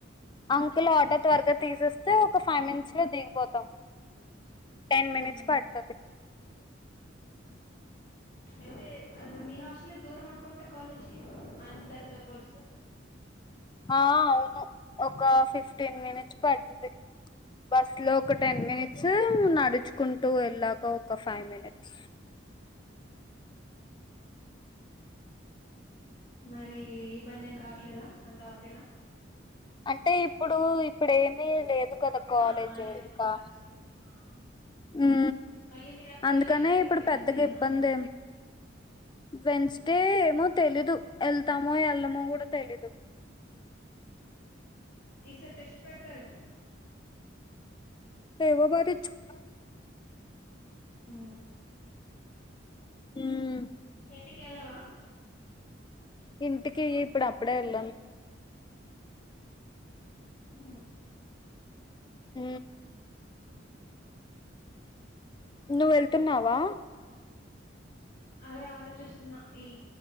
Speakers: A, on the left (about 25°); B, on the left (about 50°).
A: అంకుల్ ఆటో త్వరగా తీసేస్తే ఒక ఫైవ్ మినిట్స్లో దిగిపోతాం టెన్ మినిట్స్
B: ఉమ్.
A: పడ్తది
B: అయితే అద మీ హస్ట్లే దూర మంకుంట కాలేజ్ కి అందారు తో పోలిస్త
A: ఆ అవును ఒక ఫిఫ్టీన్ మినిట్స్ పడుతుది బస్ లో ఒక టెన్
B: ఉహు.
A: మినిట్స్ ఉన్నాడు నడుచుకుంటూ వెళ్ళాక ఒక ఫైవ్ మినిట్స్
B: మరి ఇబ్బంది ఏం కావట్లేదా అంతా ఓకేనా
A: అంటే ఇప్పుడు ఇప్పుడు ఏమి లేదు ఇక్కడ కాలేజ్
B: ఆ! ఆయన ఎప్పుడు
A: ఇంకా
B: క్లాస్‌లో ఆ!
A: ఉ
B: మళ్ళీ మీరెప్పుడెళ్ళాలి?
A: అందుకనే ఇప్పుడు
B: వెన్స్‌డేనా?
A: పెద్దగా ఇబ్బందేం వెన్స్డే ఏమో తెలీదు వెళ్తామో వెళ్దమో కూడా తెలీదు
B: ఈసారి టెస్ట్ పెడతారేమో
A: ఎవ బరి చోడా
B: ఉ
A: ఉమ్
B: ఏంటి కేలవా
A: ఇంటికి ఇప్పుడు అప్పుడే వెళ్ళను
B: ఉ
A: ఊ నువ్వు వెళ్తున్నావా
B: అదే ఆలోచిస్తున్నా ఈ